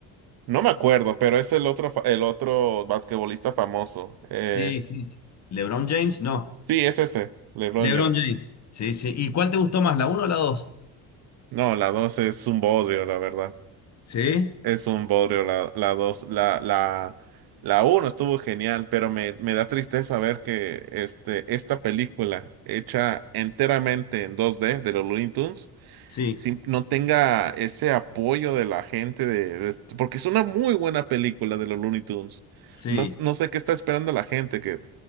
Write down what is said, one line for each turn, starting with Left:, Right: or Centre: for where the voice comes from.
Right: no me acuerdo, pero es el otro, fa- el otro basquetbolista famoso. Eh,
Left: sí, sí, sí. LeBron James, no.
Right: sí, es ese, LeBron
Left: LeBron
Right: James.
Left: James. Sí, sí. ¿Y cuál te gustó más, la uno o la dos?
Right: No, la 2 es un bodrio, la verdad.
Left: Sí,
Right: Es un bodrio la, la dos, la, la, la uno estuvo genial, pero me, me da tristeza ver que este, esta película hecha enteramente en dos d de los Looney Tunes
Left: sí,
Right: sin- no tenga ese apoyo de la gente de, de- porque es una muy buena película de los Looney Tunes.
Left: sí.
Right: No, no sé qué está esperando la gente, que,